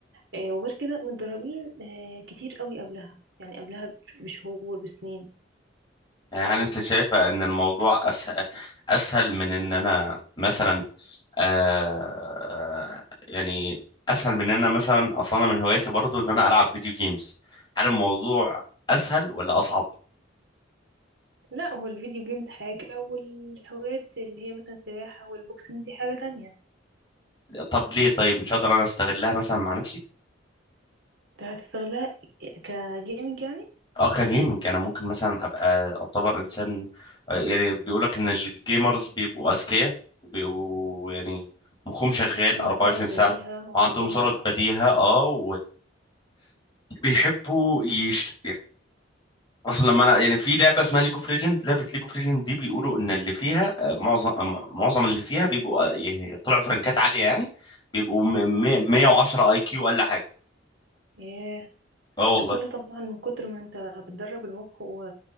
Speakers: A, on the right; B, on the left.
A: آه، وغير كده متدربين آه، كتير قوي قبلها يعني قبلها بشهور بسنين
B: يعني
A: ف
B: هل انت شايفة ان الموضوع اسهل اسهل من ان انا مثلا آه يعني اسهل من ان انا مثلا اصلا أنا من هواياتي برضو ان انا العب فيديو جيمز هل الموضوع اسهل ولا اصعب
A: لا هو الفيديو جيمز حاجه والهوايات اللي هي مثلا السباحه والبوكسنج دي حاجه تانية
B: طب ليه طيب مش هقدر انا استغلها مثلا مع نفسي
A: ده هتستغلها كجيمنج
B: اه كجيمنج انا ممكن مثلا ابقى اعتبر انسان آه، يعني بيقولك ان الجيمرز بيبقوا اذكياء وبيبقوا يعني مخهم شغال
A: عندهم
B: 24
A: سرعة بديهة
B: ساعه
A: وعندهم
B: وعندهم سرعه
A: آه.
B: بديهه اه وبيحبوا يشت يعني اصلا لما انا يعني في لعبه اسمها ليج اوف ليجند لعبه ليج اوف ليجند دي بيقولوا ان اللي فيها آه، معظم آه، معظم اللي فيها بيبقوا آه، يعني طلعوا فرنكات عاليه يعني بيبقوا م- م-
A: امم
B: 110 اي كيو اقل حاجه
A: ياه
B: اه والله
A: ده كله طبعا من كتر ما انت بتدرب المخ و...